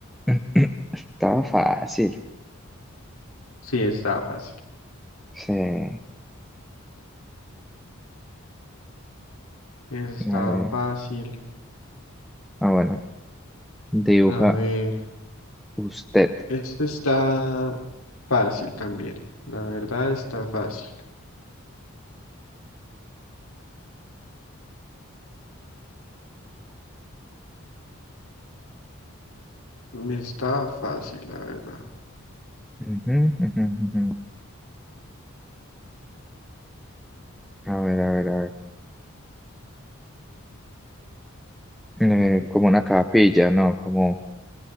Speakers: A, in the centre; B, on the left.
A: <clears throat> Estaba fácil.
B: Sí, estaba fácil.
A: Sí. A
B: Eso estaba
A: ver.
B: fácil.
A: Ah, bueno. Dibuja
B: A ver,
A: usted.
B: este está fácil también. La verdad está fácil. Está fácil, la verdad.
A: Ujú, ujú, ujú. A ver, a ver, a ver. eh, como una capilla, no, como